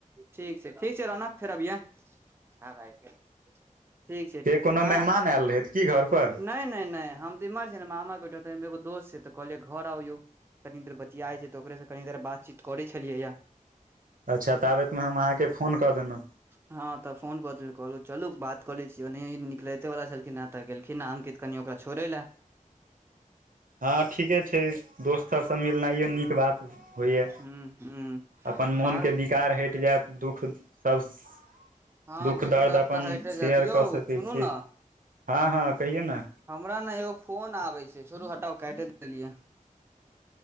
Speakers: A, on the right; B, on the right.
A: ठीक छै ठीक छै रौनक फेर अभिहे ह भाई ठीक छै।
B: के
A: हाँ
B: कोनो मेहमान आयल रहथि की घर पर
A: नै नै नै हम <unintelligible> दोस्त छै तऽ कहलियै घर आउ यौ। कनी देर बतियाइ छै तऽ ओकरे से कनी देर बातचीत करै छलियै। या
B: अच्छा ताबैतमे हम अहाँके फोन कऽ देलहुँ।
A: हँ तऽ फोन कऽ देल कहलू चलू बात कऽ ले छीयै ओनहिये ई निकलेतै वाला छलखिन हें तऽ गेलखिन अंकित कनि ओकरा छोड़ै लऽ।
B: हँ ठीके छै दोस्त सबसँ मिलनाइये नीक बात। होइए
A: हुँ हुँ
B: अपन मोनके
A: बात
B: विकार हैट जायत दुःख <unintelligible>
A: हँ
B: दुःख दर्द अपन
A: तऽ हटे
B: शेयर
A: जायत यौ
B: कऽ सकै
A: सुनू
B: छीयै
A: ने
B: हँ-हँ कहियौ नऽ।
A: हमरा न एगो फोन आबे छै छोरु हटाउ काइटे देलियै।